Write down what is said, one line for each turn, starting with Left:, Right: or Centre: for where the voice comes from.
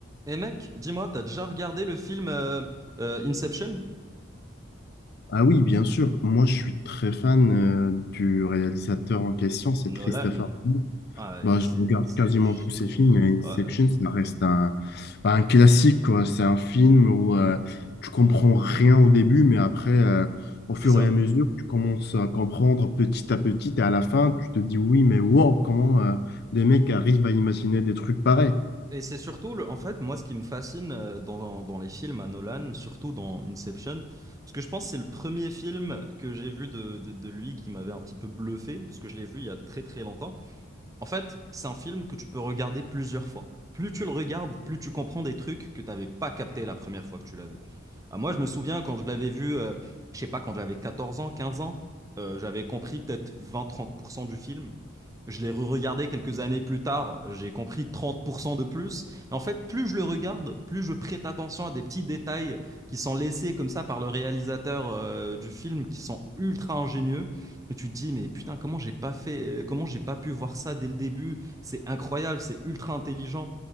Right: Et mec, dis-moi, t'as déjà regardé le film euh, euh, Inception?
Left: Ah oui, bien sûr. Moi, je suis très fan euh, du réalisateur en question, c'est
Right: Nolan.
Left: Christopher Nolan.
Right: Ah,
Left: Bah,
Right: et c'est
Left: je regarde
Right: c'est
Left: quasiment
Right: du génie.
Left: tous ses films, mais Inception,
Right: Ouais, ouais,
Left: ça reste un, bah, un classique, quoi. C'est un film où euh, tu comprends rien au début, mais après, euh, au fur
Right: c'est ça.
Left: et à mesure, tu commences à comprendre petit à petit, et à la fin, tu te dis oui, mais wow, comment euh, des mecs arrivent à imaginer des trucs pareils.
Right: Et c'est surtout, le- en fait, moi, ce qui me fascine euh, dans, dans les films à Nolan, surtout dans Inception, parce que je pense que c'est le premier film que j'ai vu de, de, de lui qui m'avait un petit peu bluffé, parce que je l'ai vu il y a très très longtemps. En fait, c'est un film que tu peux regarder plusieurs fois. Plus tu le regardes, plus tu comprends des trucs que tu n'avais pas capté la première fois que tu l'as vu. Ah, moi, je me souviens quand je l'avais vu, euh, je sais pas, quand j'avais 14 ans, 15 ans, euh, j'avais compris peut-être 20-30% du film. Je l'ai re-regardé quelques années plus tard, j'ai compris 30% de plus. Et en fait, plus je le regarde, plus je prête attention à des petits détails qui sont laissés comme ça par le réalisateur euh, du film, qui sont ultra ingénieux et tu te dis, mais putain, comment j'ai pas fait, euh, comment j'ai pas pu voir ça dès le début? C'est incroyable, c'est ultra intelligent.